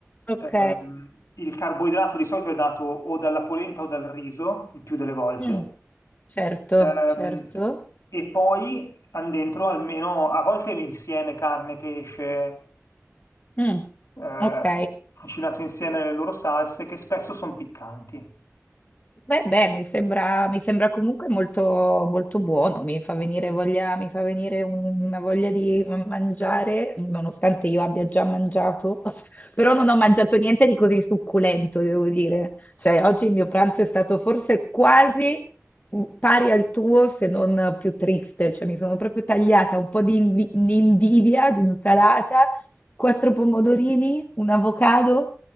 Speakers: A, on the left; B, on the left.
A: Ok.
B: Ehm, il carboidrato di solito è dato o dalla polenta o dal riso, il più delle volte.
A: Mm, certo,
B: Ehm,
A: certo.
B: e poi hanno dentro almeno, a volte insieme carne, pesce,
A: Mm,
B: eh,
A: ok.
B: cucinato insieme le loro salse che spesso sono piccanti.
A: Beh, beh, mi sembra, mi sembra comunque molto, molto buono, mi fa venire voglia, mi fa venire un- una voglia di ma- mangiare, nonostante io abbia già mangiato, <laughs> però non ho mangiato niente di così succulento, devo dire. Cioè, oggi il mio pranzo è stato forse quasi mm, pari al tuo, se non più triste, cioè mi sono proprio tagliata un po' di invi- di invidia, di insalata. quattro pomodorini, un avocado,